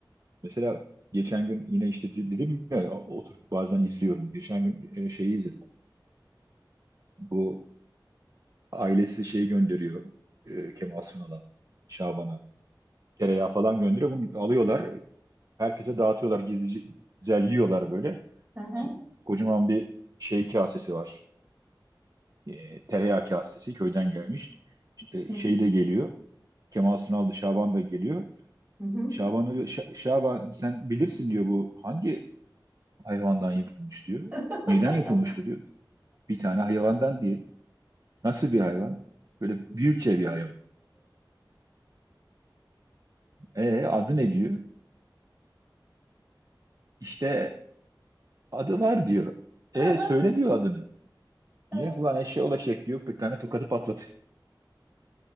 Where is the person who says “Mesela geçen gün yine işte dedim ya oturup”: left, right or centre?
Right